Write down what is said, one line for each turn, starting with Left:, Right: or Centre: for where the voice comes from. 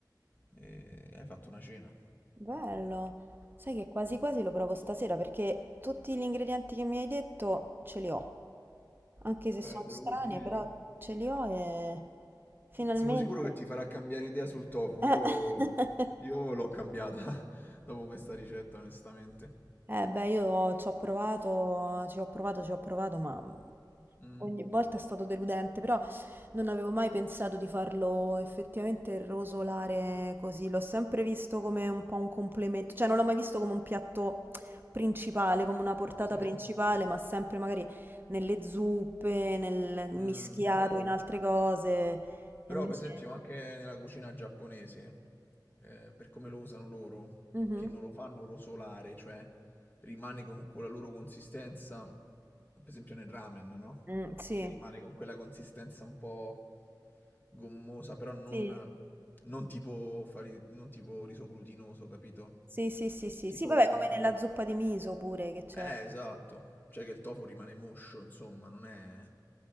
Left: e hai fatto una cena.
Right: Bello. Sai che quasi quasi lo provo stasera perché tutti gli ingredienti che mi hai detto ce li ho. Anche se
Left: Eh,
Right: sono
Left: te
Right: strani,
Left: lo consiglio.
Right: però ce li ho e finalmente.
Left: Sono sicuro che ti farà cambiare idea sul tofu.
Right: Eh.
Left: Io,
Right: <laughs>
Left: io l'ho cambiata <laughs> dopo questa ricetta, onestamente.
Right: Eh beh, io ci ho provato, ci ho provato, ci ho provato, ma
Left: Mm,
Right: ogni volta è stato deludente, però non avevo mai pensato di farlo effettivamente rosolare così, l'ho sempre visto come un po' un complemento, cioè non l'ho mai visto come un piatto principale, come una portata
Left: sì,
Right: principale, ma sempre magari nelle zuppe, nel mischiato,
Left: mm, sì.
Right: in altre cose, e
Left: Però,
Right: invece...
Left: per esempio, anche nella cucina giapponese, eh, per come lo usano loro,
Right: Mhm.
Left: che non lo fanno rosolare, cioè rimane con, con la loro consistenza, per esempio nel ramen, no?
Right: Mm, sì,
Left: Che rimane con quella consistenza un po' gommosa, però non,
Right: sì,
Left: non tipo, fari- non tipo riso glutinoso, capito?
Right: sì, sì, sì, sì,
Left: Tipo,
Right: sì, vabbè, come nella zuppa di miso pure che c'è.
Left: eh, esatto. Cioè che il tofu rimane moscio, insomma, non è,